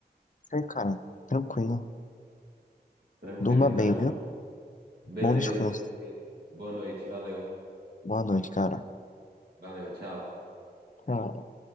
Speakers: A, on the left; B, on the right.
A: coisa, cara. Tranquilo.
B: Tranquilo,
A: Durma
B: então.
A: bem, viu?
B: Beleza,
A: Bom descanso.
B: você... tá- boa noite, valeu.
A: Boa noite, cara.
B: Valeu, tchau.
A: Tchau.